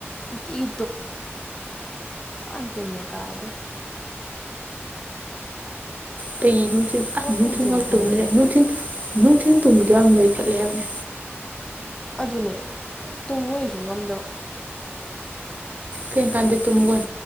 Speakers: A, on the left (about 15°); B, on the right (about 35°).
A: ꯅꯨꯡꯇꯤꯒꯤ꯫ ꯐꯟ ꯇꯨꯝꯃꯦ ꯀꯥꯏꯗ꯫
B: ꯄꯤꯟ ꯑꯅꯨꯡꯇꯤꯟ
A: ꯋꯥꯛꯀꯤꯡ ꯆꯦꯟꯒꯦ
B: ꯇꯨꯝ꯭ꯔꯦꯇꯤꯟꯅꯨꯡꯇꯤꯟ
A: ꯈꯟꯕꯅꯦ ꯎꯝ
B: ꯇꯨꯝ꯭ꯔꯦ꯫ ꯌꯥꯝ ꯅꯣꯏꯈꯠꯂꯦ ꯍꯥꯏꯕꯅꯦ꯫
A: ꯑꯗꯨꯅꯦ ꯇꯨꯝꯃꯣꯏꯁꯨ ꯉꯝꯗꯕ꯫
B: ꯀꯩ ꯀꯥꯟꯗ ꯇꯨꯝꯒꯟ